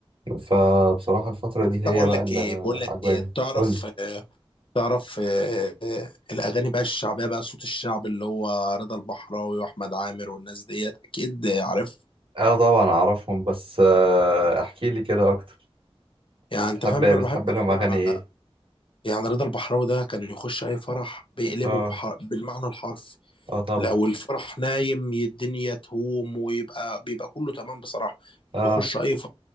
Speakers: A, on the right; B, on the left.
A: فبصراحة الفترة دي
B: طب
A: هي
B: بقول
A: بقى
B: لك
A: اللي
B: ايه بقول لك
A: عجباني
B: ايه تعرف
A: قولي
B: آه، تعرف آه، آه، الاغاني بقى الشعبيه بقى صوت الشعب اللي هو رضا البحراوي واحمد عامر والناس ديت اكيد عارف
A: اه طبعا أعرفهم بس آه احكي لي كده أكتر
B: يعني
A: بتحب
B: انت فاهم انا
A: بتحب
B: بحب
A: لهم
B: اسمع
A: أغاني إيه؟
B: يعني رضا البحراوي ده كان يخش اي فرح بيقلبه
A: اه
B: بح- بالمعنى الحرفي
A: اه طبعا
B: لو الفرح نايم الدنيا تهوم ويبقى بيبقى كله تمام بصراحة
A: اه
B: يخش أي فرح